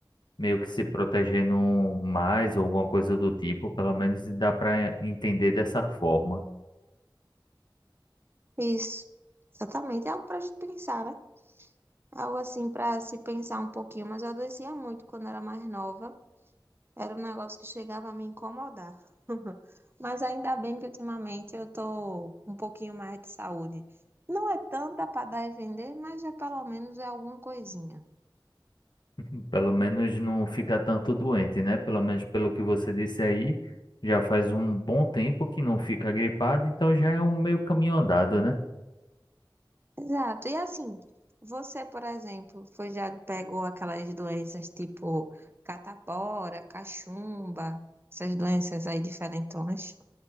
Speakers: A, on the left (about 65°); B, on the right (about 30°).
A: meio que se protegendo mais ou alguma coisa do tipo, pelo menos dá para entender dessa forma.
B: Isso, exatamente. É algo pra gente pensar, né? Algo assim para se pensar um pouquinho, mas eu adoecia muito quando era mais nova. Era um negócio que chegava a me incomodar. <laughs> Mas ainda bem que ultimamente eu tô um pouquinho mais de saúde. Não é tanta para dar e vender, mas já pelo menos é alguma coisinha.
A: <laughs> Pelo menos não fica tanto doente, né? Pelo menos pelo que você disse aí, já faz um bom tempo que não fica gripado, então já é um meio caminho andado, né?
B: Exato. E assim, você, por exemplo, foi já pegou aquelas doenças tipo catapora, cachumba, essas doenças aí diferentonas?